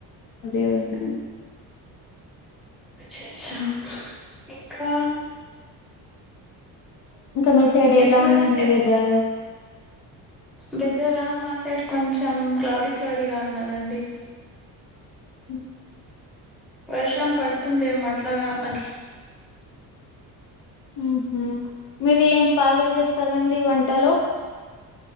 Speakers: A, on the left (about 55°); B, in the centre.
A: అదే <unintelligible>
B: అచ్చ అచ్చ ఇంకా
A: ఇంకా మీ సైడ్ ఎలా
B: ఎప్పుడు
A: ఉందండి
B: ఎప్
A: వెదర్
B: వేదరా మా సై సైడ్ కొంచెం క్లౌడీ క్లౌడీగా ఉన్నదండి
A: హు
B: వర్షం పడుతుందే అట్లాగా అట్లా
A: ఉహు మీరు ఏం బాగా చేస్తారండి వంటలో